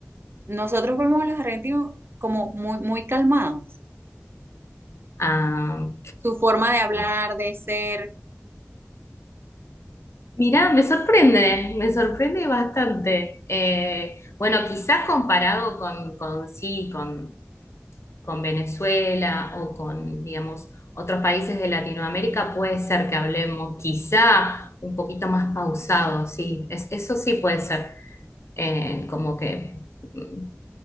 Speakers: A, on the right; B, on the left.
A: nosotros vemos a los argentinos como muy, muy calmados.
B: Ah,
A: Su forma de hablar, de ser.
B: mirá, me sorprende, me sorprende bastante. Eh, bueno, quizás comparado con, con sí, con, con Venezuela o con, digamos, otros países de Latinoamérica, puede ser que hablemos quizá un poquito más pausado, sí, es- eso sí puede ser. Eh, como que... mm,